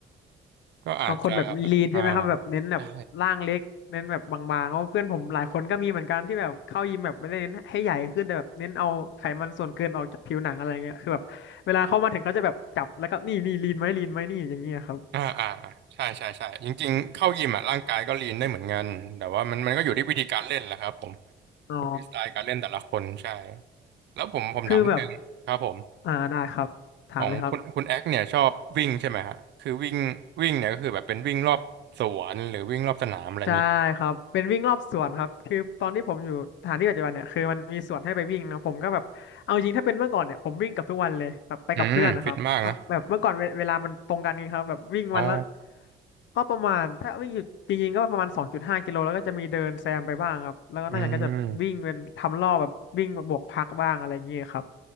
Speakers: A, on the right; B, on the left.
A: ก็อาจจะ
B: บางคนแบบลีนใช่ไหมครับแบบเน้นแบบร่างเล็กเน้นแบบบางๆเพราะเพื่อนผมหลายคนก็มีเหมือนกันที่แบบเข้ายิมแบบไม่ได้เน้นให้ใหญ่ขึ้นแต่แบบเน้นเอาไขมันส่วนเกินออกจากผิวหนังอะไรเงี้ยคือแบบเวลาเข้ามาถึงเขาจะแบบจับแล้วก็นี่นี่ลีนไหมลีนไหมนี่อย่างเงี้ยครับ
A: อ่าใช่ อ่าอ่าใช่ใช่ใช่จริงๆเข้ายิมอ่ะร่างกายก็ลีนได้เหมือนกันแต่ว่ามันมันก็อยู่ที่วิธีการเล่นแหละครับผม
B: อ๋อ
A: อยู่ที่สไตล์การเล่นแต่ละคนใช่แล้วผมผมถามนิดนึงครับผม
B: คือแบบอ่าได้ครับถามเลยครับ
A: ของคุณคุณแอคเนี่ยชอบวิ่งใช่ไหมฮะคือวิ่งวิ่งเนี่ยก็คือแบบเป็นวิ่งรอบสวนหรือวิ่งรอบสนามอะไรอย่างงี้
B: ใช่ครับเป็นวิ่งรอบสวนครับคือตอนที่ผมอยู่สถานที่ปัจจุบันเนี่ยคือมันมีสวนให้ไปวิ่งนะผมก็แบบเอาจริงถ้าเป็นเมื่อก่อนเนี่ยผมวิ่งกับทุกวันเลยแบบไปกับเพื่อนนะครับก็แบบเมื่อก่อนเวเวลามันตรงกันไงครับแบบวิ่งวันละ
A: อืมฟิตมากนะอ๋อ
B: ก็ประมาณถ้าวิ่งอยู่จริงๆก็ประมาณสองจุดห้ากิโลแล้วก็จะมีเดินแซมไปบ้างครับแล้วก็นอกจากนั้นก็จะวิ่งเป็นทำรอบแบบวิ่งบวกพักบ้างอะไรอย่างเงี้ยครับ
A: อืม